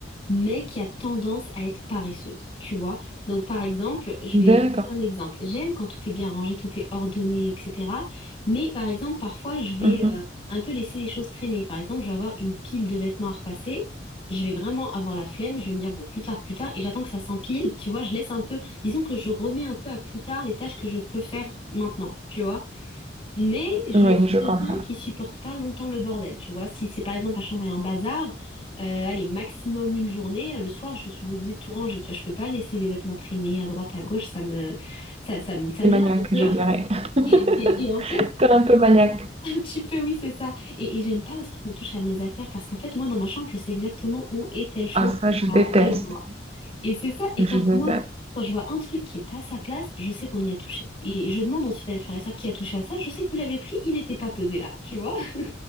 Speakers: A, on the left; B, on the right.
A: mais qui a tendance à être paresseuse, tu vois. Donc par exemple, je vais,
B: D'accord.
A: je vais te donner un exemple. J'aime quand tout est bien rangé, tout est ordonné, etc. Mais par exemple, parfois, je vais
B: Mhm.
A: euh, un peu laisser les choses traîner. Par exemple, je vais avoir une pile de vêtements à repasser. Je vais vraiment avoir la flemme, je vais me dire bon plus tard, plus tard, et j'attends que ça s'empile, tu vois, je laisse un peu, disons que je remets un peu à plus tard les tâches que je peux faire maintenant, tu vois. Mais je
B: Oui,
A: suis
B: je
A: quelqu'un
B: comprends.
A: qui supporte pas longtemps le bordel, tu vois. Si c'est par exemple ma chambre est en bazar, euh, allez, maximum une journée, euh, le soir je suis obligée de tout ranger. Tu vois, je peux pas laisser des vêtements traîner à droite, à gauche, ça me ça, ça, me- ça
B: C'est
A: m'énerve
B: maniaque,
A: un peu.
B: je
A: <laughs>
B: dirais. <laughs>
A: Et, et- et en fait,
B: T'es un peu maniaque.
A: un petit peu, oui, c'est ça. Et, et j'aime pas aussi qu'on touche à mes affaires parce qu'en fait, moi, dans ma chambre, je sais exactement où est telle chose,
B: Ah, ça, je
A: à
B: déteste.
A: quel endroit. Et c'est ça. Et
B: Je
A: quand
B: déteste.
A: moi, quand je vois un truc qui est pas à sa place, je sais qu'on y a touché. Et je demande ensuite à mes frères et sœurs qui a touché à ça. Je sais que vous l'avez pris, il n'était pas posé là, tu vois. <laughs>